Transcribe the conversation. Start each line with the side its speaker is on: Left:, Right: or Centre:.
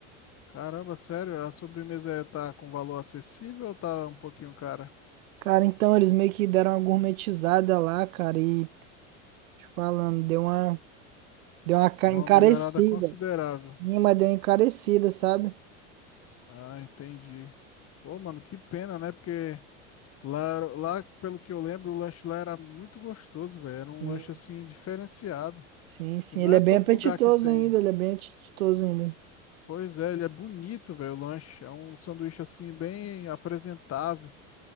Left: Caramba, sério, a sobremesa é- tá com valor acessível ou tá um pouquinho cara?
Right: Cara, então eles meio que deram uma gourmetizada lá, cara, e te falando, deu uma, deu uma ca-
Left: Deu
Right: encarecida.
Left: uma melhorada considerável.
Right: Sim, mas deu uma encarecida, sabe?
Left: Ah, entendi. Pô, mano, que pena, né? Porque lá, lá, pelo que eu lembro, o lanche lá era muito gostoso, velho. Era um
Right: Sim,
Left: lanche assim diferenciado.
Right: sim, sim.
Left: Que não
Right: Ele
Left: é
Right: é bem
Left: todo
Right: apetitoso
Left: lugar que tem.
Right: ainda, ele é bem apetitoso ainda.
Left: Pois é, ele é bonito, velho, o lanche. É um sanduíche assim, bem apresentável.